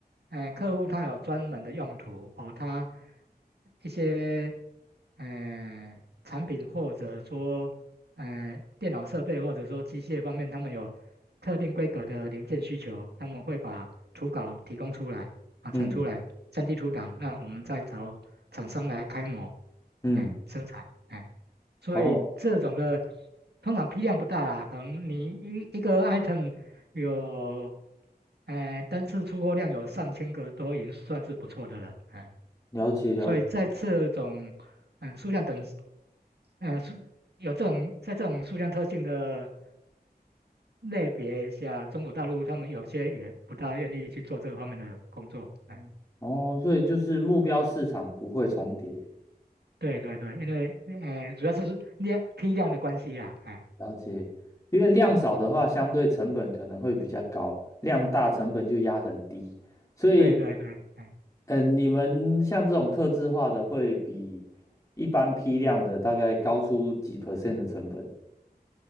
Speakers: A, on the right (about 85°); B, on the left (about 20°).
A: 呃，客户他有专门的用途哦，他一些呃产品或者说呃电脑设备或者说机械方面，他们有特定规格的零件需求，他们会把图稿提供出来啊，
B: 嗯
A: 传出来。三 d 图档，那我们再找厂商来开模，
B: 嗯，
A: 哎，生产，哎，所以这种的
B: 哦，
A: 通常批量不大啦，可能你一一个 item 有，哎，单次出货量有上千个都已经算是不错的了，哎，
B: 了解了解。
A: 所以在这种嗯数量等，呃数有这种在这种数量特性的类别下，中国大陆他们有些也不大愿意去做这方面的工作，哎，
B: 哦，所以就是目标市场不会重叠，
A: 对对对，因为呃，主要是量批量的关系啊，哎，
B: 了解。因为量少的话，
A: 嗯，
B: 相对成本可能会比较高，量大成本就压很低。所以，
A: 对对对，哎，
B: 嗯、呃你们像这种客制化的，会比一般批量的大概高出几 percent 的成本，